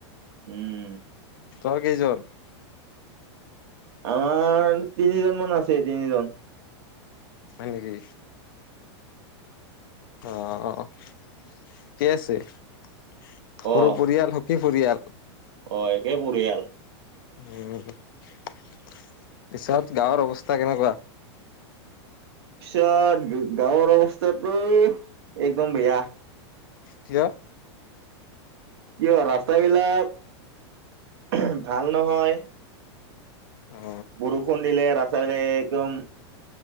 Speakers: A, on the right (about 60°); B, on the left (about 50°).
A: উম
B: তোৰ কেইজন।
A: আমাৰ তিনিজন মান আছে তিনিজন।
B: হয়নেকি। অ ঠিকেই আছে সৰু
A: অ',
B: পৰিয়াল- সুখী পৰিয়াল।
A: অ একে বঢ়িয়া।
B: উ পিছত গাঁৱৰ অৱস্থা কেনেকুৱা।
A: পিছত গাঁৱৰ অৱস্থাতো একদম বেয়া।
B: কিয়।
A: কিয় ৰাস্তাবিলাক ভাল নহয়।
B: অ
A: বৰষুণ দিলে ৰাস্তা বিলাক একদম,